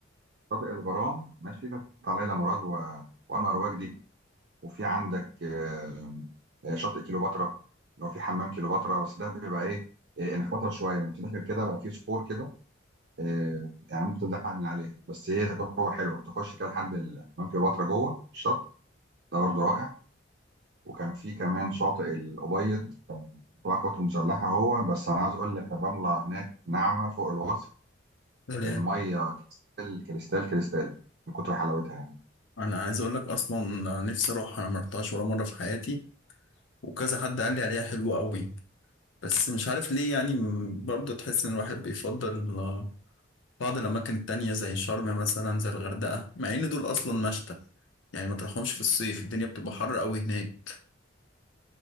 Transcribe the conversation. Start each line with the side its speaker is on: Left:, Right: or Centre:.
Right: شاطئ الغرام ماشي ده بتاع ليلى مراد و... وانور وجدي وفي عندك آه، آه، شاطئ كيلوباترا لو في حمام كيلوباترا بس ده بيبقى ايه آه، انا خطر شويه لما داخل كده بقى في صخور كده آه، يعني ممكن تتزحلق من عليه بس هي تجربه حلوه تخش كده لحد حمام كيلوباترا جوه الشط ده برضه رائع وكان في كمان شاطئ الأبيض كان تبع القوات المسلحة هو بس أنا عايز أقول لك الرملة هناك ناعمة فوق الوصف
Left: سلام
Right: المية كريستال كريستال كريستال من كتر حلاوتها يعني
Left: انا عايز اقول لك اصلا آه، نفسي اروح انا ما رحتهاش ولا مره في حياتي وكذا حد قال لي عليها حلوه قوي بس مش عارف ليه يعني م- برضه تحس ان الواحد بيفضل آه، بعض الأماكن التانية زي شرم مثلا زي الغردقة مع إن دول أصلا مشتى يعني ما تروحهمش في الصيف الدنيا بتبقى حر أوي هناك